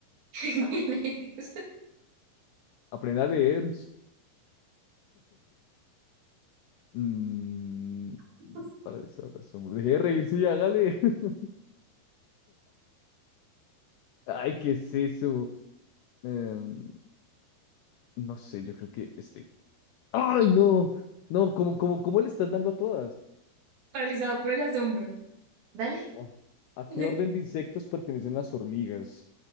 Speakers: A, on the right (about 65°); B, on the left (about 85°).
A: <laughs> ¿Quién es?
B: Aprenda a leer. Mm,
A: <laughs>
B: para desahogar el asombro. Deje de reírse y hágale. <laughs> Ay, ¿qué es eso? Em, no sé, yo creo que este. ¡Ay, no! No, ¿cómo, cómo, cómo le estás dando a todas?
A: Paralizado por el asombro. Dale.
B: Oh, ¿a
A: <laughs>
B: qué orden de insectos pertenecen las hormigas?